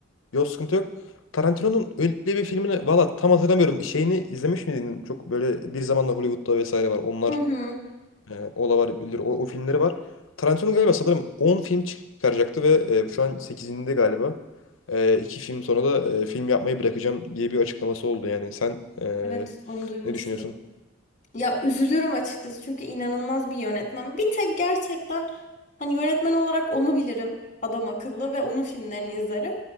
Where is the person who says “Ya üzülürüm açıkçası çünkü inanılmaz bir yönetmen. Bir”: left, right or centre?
Left